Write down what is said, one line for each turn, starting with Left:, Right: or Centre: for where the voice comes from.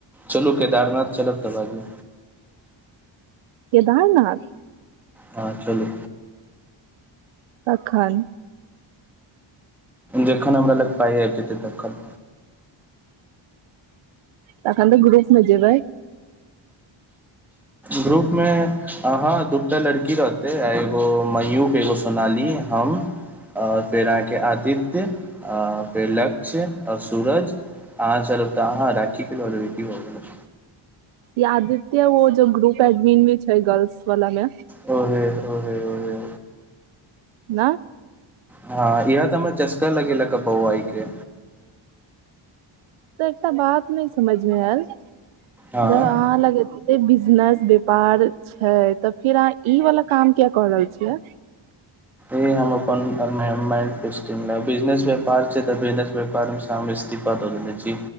Centre: चलू केदारनाथ चलबऽ तऽ बाजू
Right: केदारनाथ
Centre: अहाँ चलू
Right: अखन
Centre: जेखन हमरा लग पाइ आबि जेतै तखन।
Right: तखन तऽ ग्रुप मे जेबै।
Centre: ग्रुप मे आ हॅं दू टा लड़की रहत। आ इ एगो मयू के एगो सोनाली हम आओर फेर अहाँके आदित्य, आ फेर लक्ष्य, आ सूरज अहाँ चलब तऽ अहाँ राखी के लऽ लेबै की भ गेलै।
Right: इ आदित्य वो जे ग्रुप एडमिन मे छै गर्ल्स बला मे,
Centre: ओहे ओहे ओहे
Right: नहि,
Centre: हँ इहेए तऽ हमरा चस्का लगेलकए बौआइ के।
Right: तऽ एकटा बात नहि समझ मे आयल
Centre: हँ
Right: जब अहाँ लग ई बिजनेस व्यापार छै, तऽ फिर अहाँ ई वाला काम किया क रहल छियै?
Centre: इ हम अपन माइंड - माइंड से बिजनेस व्यापार छै तऽ बिजनेस व्यापार से हम इस्तीफा दऽ देने छी।